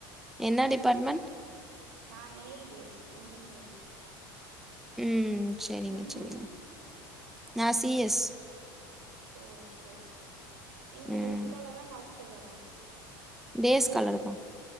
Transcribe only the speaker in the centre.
என்ன டிபார்ட்மென்ட்
ம் செரிங்க
செரிங்க நா சி எஸ்
ம்
டேஸ்கால்லர் தா